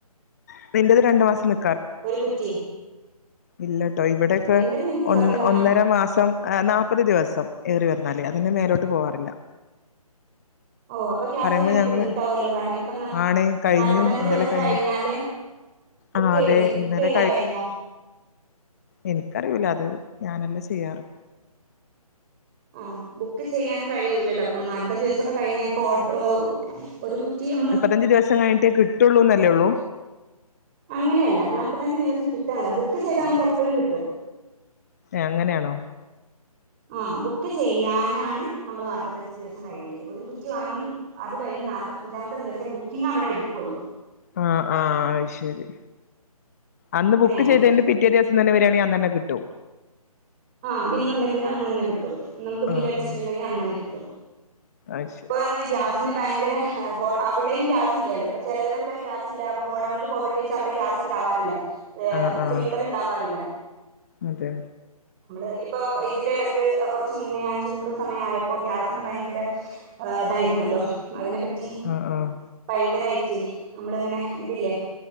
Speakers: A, on the left; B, on the right.
A: ഇപ്പിന്റെത് രണ്ട് മാസം നി
B: ഒരു കുറ്റി.
A: ഇല്ലട്ടോ ഇവിടൊക്കെ
B: എന്റത് എനിക്ക്
A: ഒന്ന്
B: സത്യം പറഞ്ഞാ
A: ഒന്നര മാസം. ഏഹ് നാപ്പത് ദിവസം ഏറി വന്നാല്, അതിന്റെ മേലോട്ട് പോവാറില്ല.
B: ഓഹ് അപ്പൊ ക്യാസ്
A: പറയുമ്പോ
B: കഴിഞ്ഞാ
A: ഞങ്ങള്
B: ബുദ്ധിമുട്ടാവൊല്ലോ കാര്ണം ഇപ്പ ന
A: ആണ് കഴിഞ്ഞു
B: നാല്പത്തഞ്ച്
A: ഇന്നലെ
B: ദിവസം
A: കഴിഞ്ഞു
B: കഴിഞ്ഞാലെ. ബുക്കെയ്തി
A: ആഹ് അതെ
B: ബുക്കെയ്യാൻ
A: ഇന്നലെ
B: കഴിഞ്ഞോ?
A: ഇൻക്കറിയൂല അത് ഞാനല്ല ചെയ്യാറ്.
B: ആഹ് ബുക്ക് ചെയ്യാൻ കഴിയൂലല്ലോ പ്പം നാല്പ്പത് ദിവസൊക്കെ കഴിഞ്ഞ് പ്പോ ഓട് ഓ ഒരു കുറ്റി നമ്മള്.
A: തഞ്ച് ദിവസം കഴിഞ്ഞിട്ടേ കി ട്ടൊള്ളൂന്നല്ലേ ഒള്ളൂ.
B: അങ്ങനെയല്ല നാൽപ്പത്തഞ്ച് ദിവസം കിട്ടാന്നല്ല ബുക്ക് ചെയ്താ നമുക്ക് എപ്പഴും കിട്ടും.
A: ഏഹ് അങ്ങനെയാണോ?
B: ആഹ് ബുക്ക് ചെയ്യാനാണ് നമ്മള് നാല്പത്തഞ്ച് ദിവസം കഴിയണ്ട്യെ. ഒരു കുറ്റി വാങ്ങി അതു കഴിഞ്ഞ് നാൽപ്പത്തഞ്ചാമത്തെ ദിവസെ ബുക്കിംഗ് അവിടെ എടുക്കൊള്ളൂ.
A: ആഹ് ആഹ് അഹ് ശെരി. അന്ന്
B: അങ്ങനെയാണ്
A: ബുക്ക് ചെയ്തേന്റെ പി റ്റേ ദിവസം തന്നെ വരാണെ അന്നന്നെ കിട്ടും.
B: ആഹ് ബില്ലുണ്ടെങ്കി അന്നന്നെ കിട്ടും. നമുക്ക് ബില്ലടിച്ചിട്ടുണ്ടെങ്കി
A: ആഹ് ആഹ്
B: അന്നന്നെ കിട്ടും.
A: അത് ശരി
B: ഇപ്പൊ ഗ്യാസിന് ഭയങ്കര ഹെ ഗോഡ് അവിടെയും ഗ്യാസ് ഇല്ലല്ലോ അപ്പ ചെലോരൊക്കെ ഗ്യാസ് ഇല്ല ഗോഡൌണിൽ പോകട്ടേച്ചാ അവിടെ ഗ്യാസ് ഇണ്ടാവാറില്ല. ഏഹ്
A: ആഹ് ആഹ്
B: സിലിണ്ടർ ഇണ്ടാവാറില്ല.
A: അതെ.
B: നമ്മള് ഇപ്പൊ ഇതിന്റെ എടക്ക് കൊർച്ച് മുന്നേ ആ ചൂട് സമയായ പ്പൊ ഗ്യാസിന് ഭയങ്കര ഏഹ് ഇതായിരുന്നല്ലോ അതിനെ പറ്റി
A: ആഹ് ആഹ്
B: ഭയങ്കരായിറ്റ് നമ്മളിങ്ങനെ ഇതില്ലേ